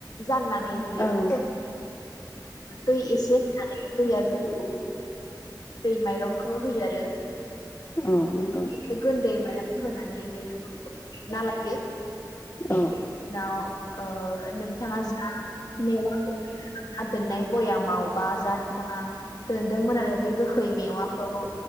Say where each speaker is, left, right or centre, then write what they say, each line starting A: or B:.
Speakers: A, on the left; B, on the left.
A: जाननानै होयो।
B: औ
A: दै एसे होनानै दैया गोदो दै माइरंखौ होयो आरो
B: औ नंगौ औ नंगौ औ नंगौ
A: <unintelligible> गुन्दै माइरखौ होनानै बेखौ ना लायो
B: औ
A: बेनि उनाव ओ नोंथांङा जा मेवा <unintelligible> दोननाय बयामावबा जा नोंथांङा दोनदोंमोन आरो बे गोखै मेवाखौ